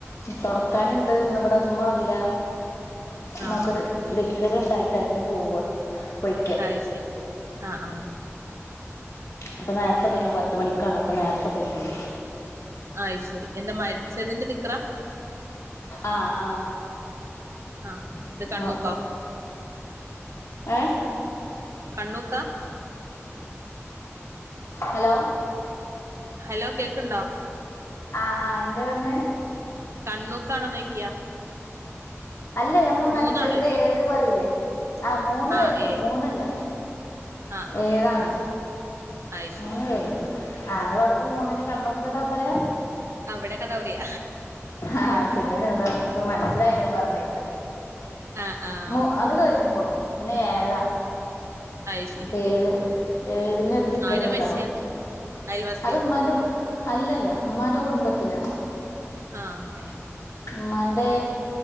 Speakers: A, on the left; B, on the right.
A: തൊടക്കാനുണ്ട്
B: ഉം
A: ന്നിവിടെ മ്മ ഇല്ല
B: ആഹ്
A: മാക്കൊരു ദിക്ർണ്ടായിട്ട് അതിന് പോവാ പൊയ്
B: അയ്ശെരി ആ ആ
A: അപ്പൊ നേരത്തെ പോയിക്ക്ണ് പത്തുമണിക്കാണ് അപ്പൊ നേരത്തെ പോയിക്ക്ണ്
B: ആ അയ്ശരി എന്താ മരിച്ചതിന്റെ ദിക്റാ
A: ആഹ ആഹ
B: ആഹ് ഇത് കണ്ണൂക്കോ
A: ആ അപ്പ ഏഹ
B: കണ്ണൂക്ക
A: ഹലോ
B: ഹലോ കേക്ക്ണ്ടോ
A: ആഹ് ആഹ് എന്തെ പറഞ്ഞ്
B: കണ്ണൂക്കാണോ നൊയ്ക്യാ
A: അല്ലേ നമ്മള് മരിച്ചതിന്റെ
B: മൂന്നാണോയ്ക്ക
A: ഏഴ് പറയില്ലേ ആ മൂന്ന്
B: ആഹ്
A: കയ്ഞ്
B: ഏഹ്
A: മൂന്നല്ല
B: ആഹ് ആഹ്
A: ഏഴാണ്
B: അയ് ശരി
A: മൂന്ന് കയ് ആ ങ്ങളവിടക്കെ മൂന്നിന് കണ്ണൂക്ക്ന്ന പറയാ
B: അവിടെക്കെതാ പറിയ
A: ആഹ അയ്ശരിയ ഞാനതാ ഇപ്പ മനസ്സിലായില്ലോ പറഞ്ഞേക്ക്
B: ആഹ് ആഹ്
A: മു അത് കഴിഞ്ഞിക്കണു ഇന്ന്ഏഴാ
B: അയ് ശരി
A: അപ്പൊ ഏഴ് ഏഴിനൊരു ദിക്കർണ്ടാവും
B: ആരാ മരിച്ചേ അയൽവാസിയോ
A: അത് ഉമ്മാന്റെകു അല്ലല്ല മ്മാന്റെ കുടുംബത്തിലാണ്
B: ആ അങ്ങനെ
A: മ്മാന്റെ